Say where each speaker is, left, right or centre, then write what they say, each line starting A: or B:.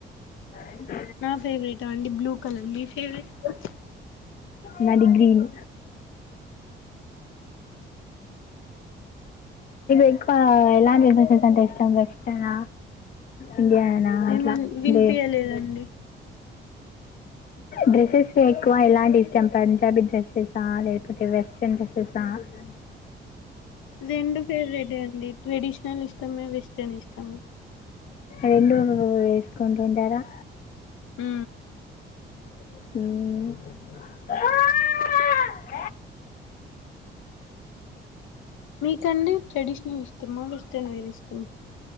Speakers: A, on the left; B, on the left.
A: అ
B: నా ఫేవరెట్ా అండి బ్లూ కలర్ మీ ఫేవరెట్
A: నాది గ్రీన్ ఎక్కువగా ఎలాంటి డెసెస్ అంటే ఇష్టం వేస్టర్న ఇండియనా ఇట్లా
B: ఏమన్ వినిపియలేదండి
A: దే డ్రెస్సెస్ ఎక్కువ ఎలాంటియి ఇష్టం పంజాబీ డ్రెస్సెసా లేకపోతే వెస్ట్రన్ డ్రెస్సెసా డి
B: రెండు ఫేవరెట్ అండి ట్రెడిషనల్ ఇష్టమే వెస్ట్రన్ ఇష్టము
A: రెండు వేసుకుంటుంటారా
B: మ్
A: మ్
B: మీకంటే ట్రెడిశ్నల్ ఇష్టమా వెస్ట్రన్ వేర్ ఇష్టమా